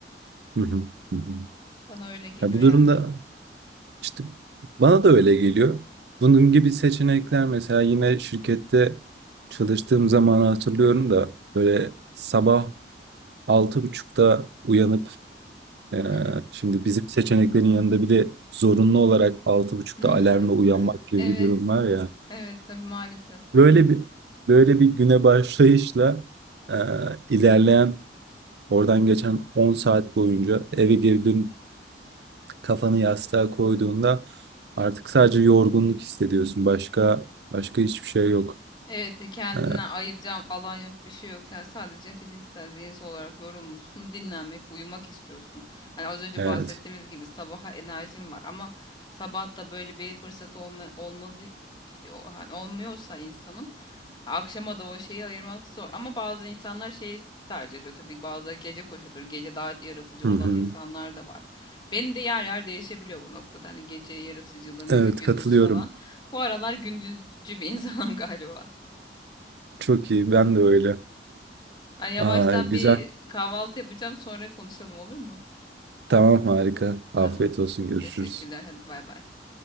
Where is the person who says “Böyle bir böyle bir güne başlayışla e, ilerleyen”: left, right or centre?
Right